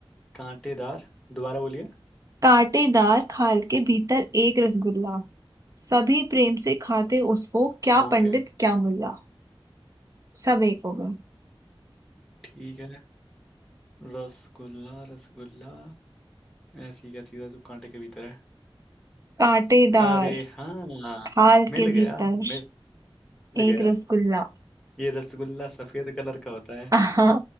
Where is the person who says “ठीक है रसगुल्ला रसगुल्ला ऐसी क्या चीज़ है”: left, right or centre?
Centre